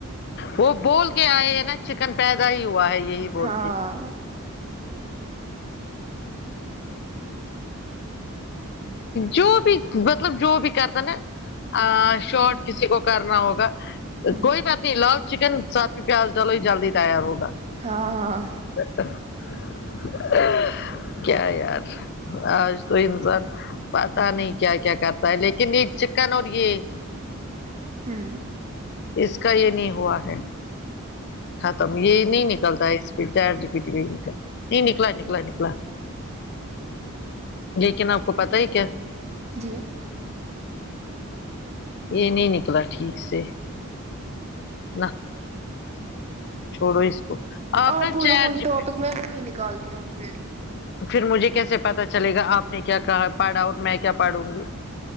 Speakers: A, on the left (about 50°); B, on the right (about 30°).
A: وہ بول کے آئے ہے نا چکن پیدا ہی ہوا ہے یہی بول
B: ہاں
A: کے جو بھی مطلب جو بھی کرد نا ا شارٹ
B: ہوں
A: کسی کو کر ہوگا
B: ہوں
A: کوئی بات نہیں لاو چکن ساتھ میں پیاز ڈالو ہی جلدی تیار ہوگا
B: ہاں ہاں
A: <inaudible> کیا یار آج تو انسان پتا نہیں کیا کیا کرتا ہے لیکن یہ چکن اور یہ
B: ہوں
A: اس کا یہ نہیں ہوا ہے ختم یہ نہیں نکلتا اسپڈ چیٹ جی پی ٹی نہیں نکلا نکلا نکلا لیکن آپ کو پتا ہی کیا
B: جی
A: یہ نہیں نکلا ٹھیک سے نہ چھوڑو اس کو
B: آپ
A: نا
B: بولو
A: چیٹ
B: کوئی
A: جی
B: ٹاپک
A: پی-
B: میں وہی نکالتی ہوں پھر
A: پھر مجھے کیسے پتا چلے گا آپ نے کیا کہا پڑھا اور میں کیا پڑھوں گی